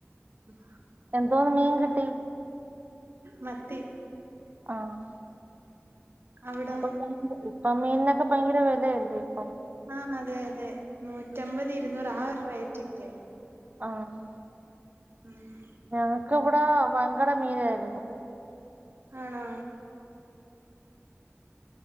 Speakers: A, on the right; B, on the right.
A: ഉം
B: എന്തോന്ന് മീൻ കിട്ടി
A: മത്തി
B: ആഹ്
A: അവിടോ
B: ഇപ്പൊ <inaudible> ഇപ്പ മീനിനൊക്കെ ഭയങ്കര വെലയല്ലേ ഇപ്പം
A: ആഹ് അതെ അതെ നൂറ്റമ്പത് ഇരുന്നൂറ് ആ ഒരു റേറ്റൊക്കെയാ
B: ആഹ്
A: ഉം
B: ഞങ്ങക്കിവിടെ വങ്കട മീനാര്ന്നു
A: ആണോ